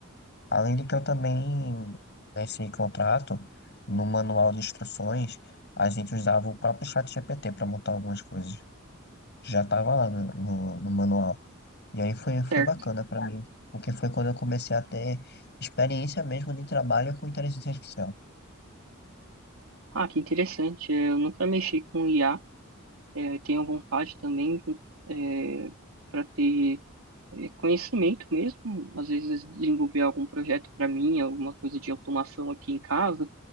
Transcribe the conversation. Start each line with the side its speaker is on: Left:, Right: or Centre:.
Left: Além de que eu também, nesse contrato, no manual de instruções, a gente usava o próprio chat GPT para montar algumas coisas. Já estava lá no, no, no manual. E aí foi, foi
Right: Certo.
Left: bacana para mim, porque foi quando eu comecei a ter experiência mesmo de trabalho com inteligência artificial.
Right: Ah, que interessante. é, Eu nunca mexi com IA. é, tenho vontade também, é, para ter é, conhecimento mesmo, às vezes desenvolver algum projeto para mim, alguma coisa de automação aqui em casa,